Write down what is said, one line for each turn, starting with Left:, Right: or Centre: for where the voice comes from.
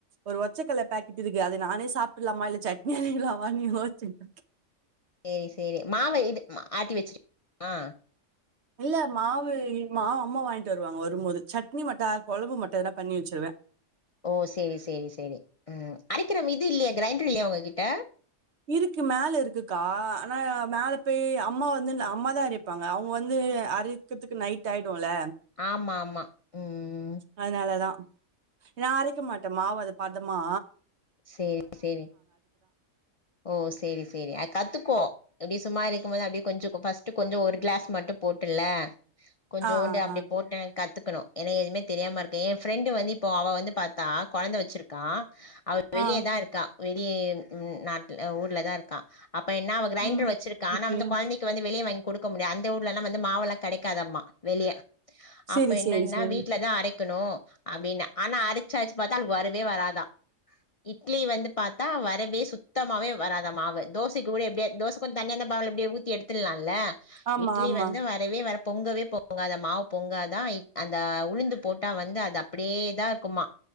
Right: ஒரு ஒச்சக்கல பேக்கெட் இருக்கு அத நானே சாப்ட்றலாமா இல்ல சட்னி அறைக்கலாமானு யோசிச்ட்ருக்க
Left: சேரி சேரி மாவு இது அ ஆட்டி வச்சுருக்குமா
Right: இல்ல மாவு மாவு அம்மா வாங்கிட்டு வருவாங்க வரும் போது சட்னி மட்ட கொழம்பு மட்டு எதனா பண்ணி வச்சுருவே
Left: ஓ சேரி சேரி சரி ம் அரைக்கிரம் இது இல்லயா கிரைண்டர் இல்லயா உங்ககிட்ட
Right: இருக்கு மேல இருக்குக்கா ஆனா மேல போய் அம்மா வந்து அம்மா தா அறைப்பாங்க அவங்க வந்து அரி க்கத்துக்கு நைட் ஆயிடுல்ல
Left: ஆமா ஆமா ம்
Right: அதனாலதா நா அரைக்க மாட்ட மாவு அத பதம்மா
Left: சேரி சேரி ஓ சேரி சேரி அ கத்துக்கோ அப்டி சும்மா இருக்கும் போது அப்டி கொஞ்ச ஃபர்ஸ்ட்டு கொஞ்ச ஒரு க்ளாஸ் மட்டு போட்டுல கொஞ்சோன்டு
Right: ஆ, ஆ,
Left: அப்டி
Right: ஆ.
Left: போட்டு கத்துக்கணு ஏனா எதுமே தெரியாம இருக்க என் ஃப்ரெண்டு வந்து இப்போ அவ வந்து பாத்தா கொழந்த வச்சிருக்கா அவ வெளியதா
Right: ஆ.
Left: இருக்கா வெளியே நாட்ல ஊர்லதா இருக்கா அப்ப என்ன அவ கிரைண்டர்
Right: ம்.
Left: வச்சிருக்கா
Right: ஓகே.
Left: ஆனா வந்து கொழந்தைக் க்கு வந்து வெளிய வாங்கி குடுக்க முடியாது அந்த ஊர்லல்ல வந்து மாவல்லா வந்து கெடைக்காதாம்மா வெளிய
Right: சரி,
Left: அப்ப என்னன்னா
Right: சரி, சரி.
Left: வீட்லதா அரைக்கணு அப்டின்னா ஆனா அரச்சு அரச்சு பாத்தா அவளுக்கு வரவே வராதா இட்லி வந்து பாத்தா வரவே சுத்தமாவே வராத மாவு தோசைக்கு கூட எப்டியா தோச க்கு தண்ணியா இருந்த மாவுல எப்டியாது ஊத்தி எடுத்துல்லால்ல
Right: ஆமா,
Left: இட்லி
Right: ஆமா.
Left: வந்து வர வரவே வர பொங்கவே பொங்காதா மாவ் பொங்காதா அந்த உளுந்து போட்டா வந்து அது அப் ப்படியேதா இருக்குமா